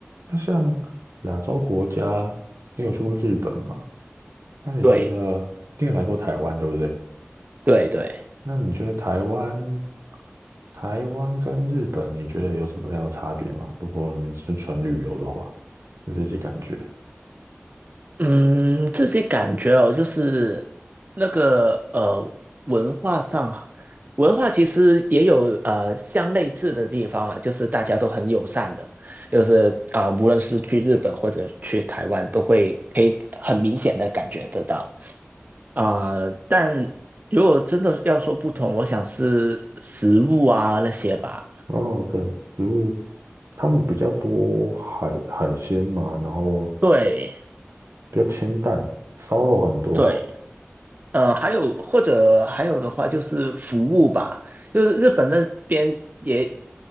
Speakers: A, on the right; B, on the right.
A: 那像亚洲国家，你有去过日本吗？那你觉得，
B: 对
A: 你也来过台湾，对不对？
B: 对对，
A: 那你觉得台湾，台湾跟日本，你觉得有什么样的差别吗？如果你是纯旅游的话，你自己感觉。
B: 嗯，自己感觉哦，就是那个呃，文化上，文化其实也有呃相类似的地方了，就是大家都很友善的，就是啊、无论是去日本或者去台湾，都会可以很明显的感觉得到。啊、但如果真的要说不同，我想是食物啊那些吧。
A: 哦，对，食物他们比较多海海鲜嘛，然后
B: 对
A: 比较清淡，烧肉很多。
B: 对，呃，还有或者还有的话就是服务吧，就是日本那边也